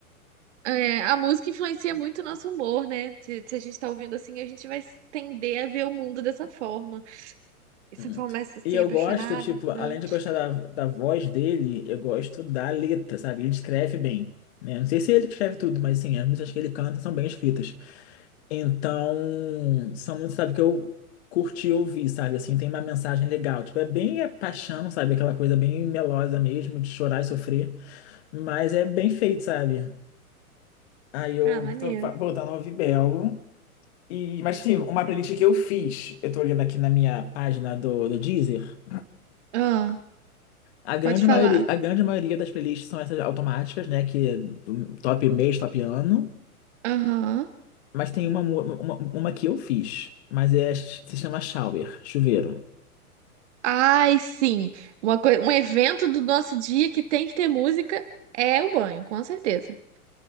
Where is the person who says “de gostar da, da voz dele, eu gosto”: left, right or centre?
Left